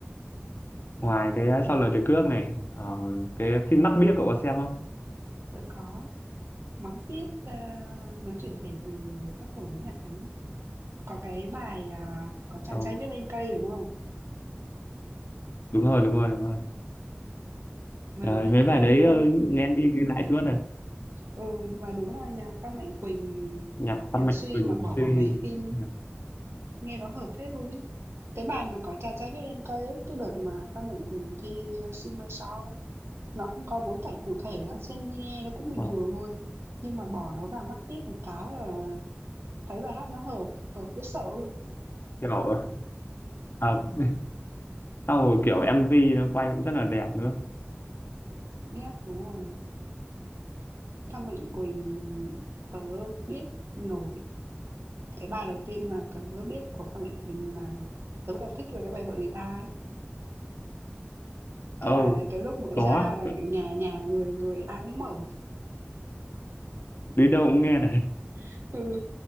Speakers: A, on the left; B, on the right.
A: ngoài cái Sau lời từ cướp này, ờ, cái phim Mắt biếc cậu có xem không?
B: Tôi có mà biết, a, nó chuyển thể từ tác phẩm của Nhật Ánh ấy. Có cái bài, à, có chàng
A: Ờ,
B: trai viết lên cây, đúng không?
A: đúng rồi, đúng rồi, đúng rồi.
B: Mà
A: Ờ,
B: đúng là nhạc
A: mấy bài
B: Phan
A: đấy
B: Phan
A: ờ,
B: Mạnh
A: nghe đi nghe lại suốt rồi.
B: ừ, mà đúng là nhạc Phan Mạnh Quỳnh,
A: nhạc Phan
B: nhạc
A: Mạnh
B: Suy
A: Quỳnh
B: mà bỏ vào
A: Suy
B: mấy phim
A: nhạc,
B: nghe nó hợp phết luôn ấy. Cái bài mà có chàng trai viết lên cây ấy, cái đợt mà Phan Mạnh Quỳnh thi, ơ, Xin Mai Sau ấy, nó không có bối cảnh cụ thể á, sen nghe nó cũng bình
A: ờ,
B: thường thôi, nhưng mà bỏ nó vào mắt biết một cái là Thấy bài hát nó hợp, hợp dễ sợ luôn.
A: kiểu à, <laughs> sau rồi kiểu MV nó quay cũng rất là đẹp nữa
B: Yep, đúng rồi. Phan Mạnh Quỳnh tớ biết nổi cái bài đầu tiên mà tớ biết của Phan Mạnh Quỳnh mà tớ bắt đầu thích là cái bài Vợ người ta ấy.
A: oh,
B: Cái bài này cái lúc mới
A: có
B: ra là nhà nhà người người ai cũng mở,
A: đi đâu cũng nghe đấy
B: <laughs> ừ,